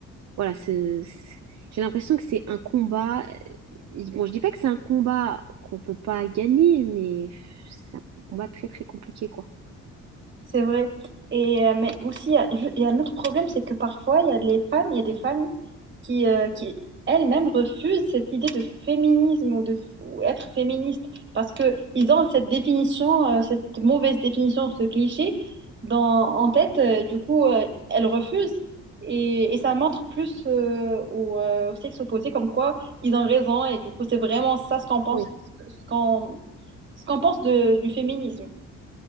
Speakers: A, on the right; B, on the right.
A: Voilà, ce- ce- j'ai l'impression que c'est un combat. euh, Bon, je dis pas que c'est un combat qu'on peut pas gagner, mais c'est un combat très très compliqué, quoi.
B: C'est vrai. Et, euh, mais aussi, il y a, ju- il y a un autre problème, c'est que parfois, il y a les femmes, il y a des femmes qui, euh, qui elles-mêmes refusent cette idée de féminisme ou de ou être féministe parce que ils ont cette définition, euh, cette mauvaise définition, ce cliché dans, en tête. euh, du coup, euh, elles refusent. Et, et ça montre plus euh, au, euh, au sexe opposé comme quoi ils ont raison. Et du coup, c'est vraiment ça ce qu'on pense,
A: Oui.
B: ce qu'on, ce qu'on pense de- du féminisme.